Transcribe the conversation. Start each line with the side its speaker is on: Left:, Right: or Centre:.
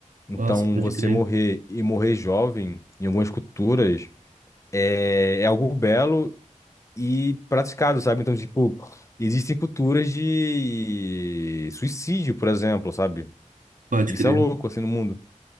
Left: Então,
Right: Nossa, pode
Left: você
Right: crer.
Left: morrer e morrer jovem, em algumas culturas, é, é algo belo e praticado, sabe? Então, tipo, existem culturas de suicídio, por exemplo, sabe?
Right: Pode
Left: Isso
Right: crer.
Left: é louco, assim, no mundo.